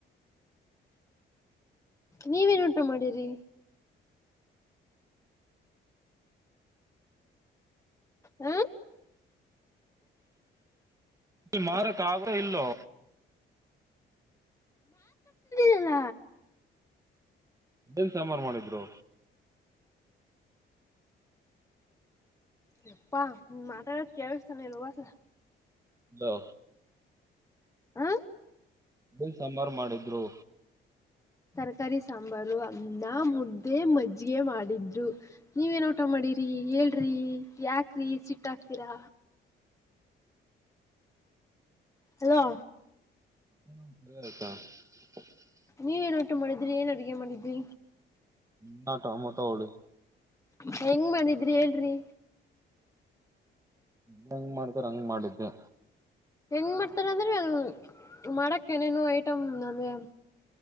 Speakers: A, on the left (about 15°); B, on the right (about 15°).
A: ನೀವೇನುಟ ಮಾಡಿರಿ. ಹ
B: ಮಾರ ಕಾಗರ ಇಲ್ಲೋ.
A: ಇಲ್ಲ.
B: ಏನ್ ಸಾಂಬಾರು ಮಾಡಿದ್ರು.
A: ಯಪ್ಪಾ ನೀನು ಮಾತಾಡದು ಕೇಳಿಸ್ತಾನೆ ಇಲ್ಲ ಹೋಗತ್ತಾ.
B: ಹಲೋ.
A: ಆ
B: ಏನ್ ಸಾಂಬಾರ್ ಮಾಡಿದ್ರು.
A: ತರಕಾರಿ ಸಾಂಬಾರು ಅನ್ನ ಮುದ್ದೆ ಮಜ್ಜಿಗೆ ಮಾಡಿದ್ರು. ನೀವ ಏನ್ ಉಟಾ ಮಾಡಿರಿ ಹೇಳ್ <unintelligible> ರೀ ಯಾಕ್ರಿ ಸಿಟ್ಟ ಅಕ್ತೀರಾ. ಹಲೋ
B: ಎನ್ <unintelligible>
A: ನೀವ ಏನ್ ಉಟು ಮಾಡಿದ್ರಿ ಏನ್ ಅಡಗೆ ಮಾಡಿದ್ರಿ.
B: ಅನ್ನ ಟಮೋಟ ಉಳಿ.
A: ಹೆಂಗ್ ಮಾಡಿದ್ರಿ ಹೇಳ್ರಿ.
B: <unintelligible> ಹೆಂಗ್ ಮಾಡತರೊ ಹಂಗ ಮಾಡಿದ್ದೆ.
A: ಹೆಂಗ್ ಮಾಡ್ತಾರ ಅಂದ್ರೆ ಮಾಡಕ್ ಏನೇನೊ ಐಟಮ್ ನಮಗೆ.